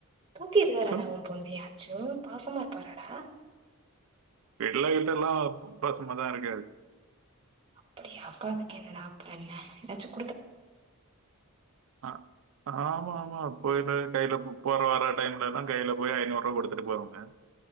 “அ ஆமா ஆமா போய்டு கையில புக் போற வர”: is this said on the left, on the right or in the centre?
Right